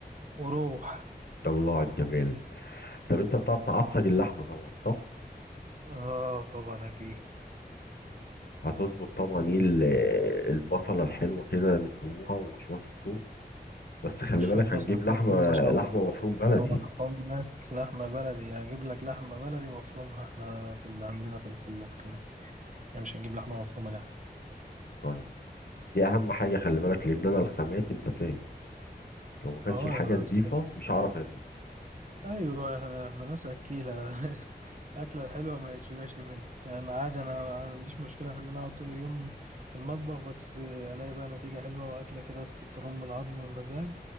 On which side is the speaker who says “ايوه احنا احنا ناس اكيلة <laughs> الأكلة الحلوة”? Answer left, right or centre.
Right